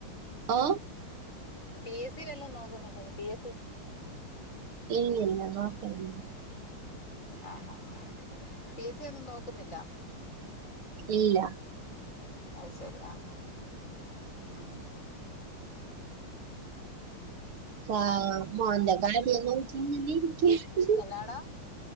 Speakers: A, on the right; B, on the left.
A: ഓ
B: പി എസ് സി വല്ലോം നോക്കുന്നുണ്ടോന്ന് പി എസ് സി
A: ഇല്ല ഇല്ല നോക്ക്ണില്ല
B: ആഹ് ആ ഹ് ആഹ് പി എസ് സി ഒന്നും നോക്കുന്നില്ല
A: ഇല്ലാ
B: അത്ശരി ആഹ് ഉം
A: ആഹ് മോൻ്റെ കാര്യം നോക്കി ഇങ്ങനെ ഇരി <unintelligible>
B: എന്നാടാ